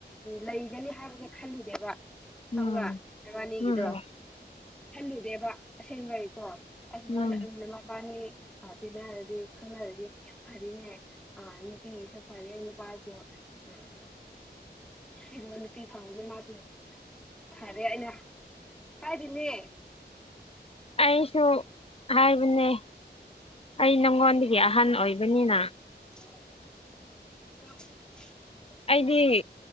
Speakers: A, in the centre; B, on the left.
A: ꯂꯩꯒꯅꯤ ꯍꯥꯏꯕꯁꯦ ꯈꯜꯂꯨꯗꯦꯕ ꯈꯪꯕ꯭ꯔꯥ
B: ꯎꯝ
A: ꯅꯕꯥꯅꯤꯒꯤꯗꯣ
B: ꯎꯝ
A: ꯈꯜꯂꯨꯗꯦꯕ ꯑꯁꯦꯡꯕꯩꯀꯣ ꯑꯁ ꯃꯥꯅ
B: ꯎꯝ
A: ꯑꯞ ꯅꯕꯥꯅꯤ ꯃꯥꯔꯇꯤꯟꯅ ꯍꯥꯏꯔꯗꯤ ꯈꯪꯅꯔꯗꯤ ꯌꯥꯝ ꯐꯔꯤꯅꯦ ꯑ ꯅꯨꯡꯇꯤꯒꯤ ꯆꯠ ꯐꯔꯦ ꯅꯨꯄꯥꯁꯨ ꯎꯝ ꯑꯁꯤꯒꯨꯝꯕ ꯅꯨꯄꯤ ꯐꯪꯕꯁꯦ ꯃꯥꯁꯨ ꯐꯔꯦ ꯑꯩꯅ ꯍꯥꯏꯔꯤꯅꯦ
B: ꯑꯩꯁꯨ ꯍꯥꯏꯕꯅꯦ ꯑꯩ ꯅꯪꯉꯣꯟꯗꯒꯤ ꯑꯍꯟ ꯑꯣꯏꯕꯅꯤꯅ
A: ꯑꯣ <unintelligible>
B: ꯑꯩꯗꯤ